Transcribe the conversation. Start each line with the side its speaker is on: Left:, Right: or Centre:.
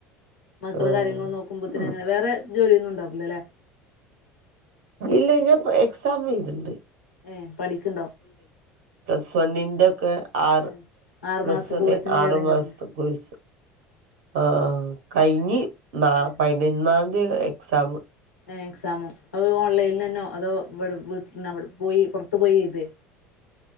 Left: മക്കളെ
Right: ആഹ്
Left: കാര്യങ്ങള് നോ കുംബത്തിങ്ങനെ വേറെ ജോലിയൊന്നും ഉണ്ടാവൂലല്ലേ
Right: ഇല്ല ഞാൻ എക്സാം എഴുതിണ്ട്
Left: ഏഹ് പഠിക്ക്ണ്ടോ
Right: പ്ലസ് വണ്ണിന്റോക്കെ ആർ
Left: ഏഹ് ആറു
Right: പ്ലസ്
Left: മാസം
Right: വണ്ണ്
Left: കോഴ്സിന്
Right: ആറ്
Left: കേറിന്നിട്ടുണ്ട്
Right: മാസത്തെ കോഴ്സ് ആഹ് ആഹ് കഴിഞ്ഞ്
Left: അത്
Right: നാ
Left: ഏഹ്
Right: പതിനൊന്നാതീ എക്സാമ്
Left: ഏഹ് എക്സാമോ അത് ഓൺലൈലെനോ അതോ ഇവടെ വീട്ട്ന്ന് അവടെ പോയി പൊറത്തു പോയി എഴ്തേ